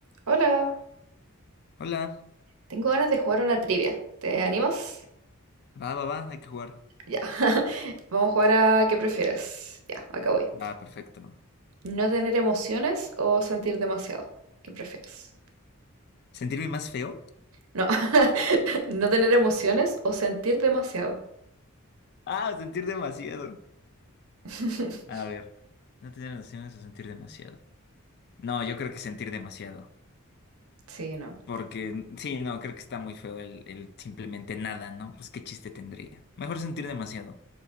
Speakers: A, on the right; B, on the left.
A: Hola,
B: Hola,
A: tengo ganas de jugar una trivia. ¿Te animas?
B: va, va, va, hay que jugar.
A: Ya. <laughs> Vamos a jugar a ¿qué prefieres? Ya, acá voy.
B: Va, perfecto.
A: ¿No tener emociones o sentir demasiado? ¿Qué prefieres?
B: ¿Sentirme más feo?
A: No, <laughs> no tener emociones o sentir demasiado.
B: Ah, sentir demasiado.
A: <laughs>
B: A ver, no tener nociones o sentir demasiado. No, yo creo que sentir demasiado.
A: Sí, no.
B: Porque, sí, no, creo que está muy feo el, el simplemente nada, ¿no? Pues qué chiste tendría. Mejor sentir demasiado.